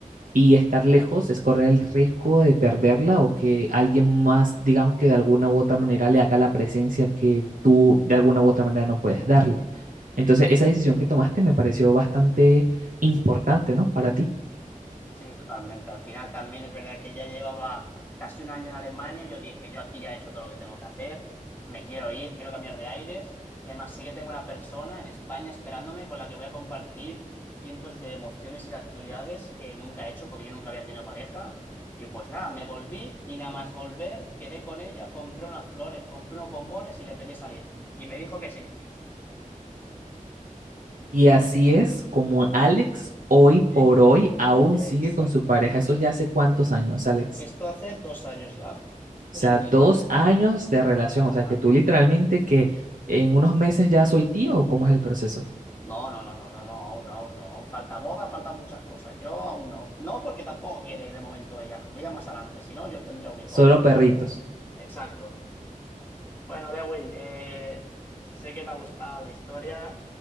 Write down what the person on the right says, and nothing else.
Y estar lejos es correr el riesgo de perderla o que alguien más, digamos que de alguna u otra manera le haga la presencia que tú de alguna u otra manera no puedes darle. Entonces, esa decisión que tomaste me pareció bastante importante, ¿no? Para ti.
Y así es como Alex hoy por
hoy aún
sigue con su pareja. Eso ya hace cuántos años, Alex.
O sea,
dos años de relación.
O sea, que tú literalmente que en unos meses ya soy tío o cómo es el proceso.
Solo
perritos.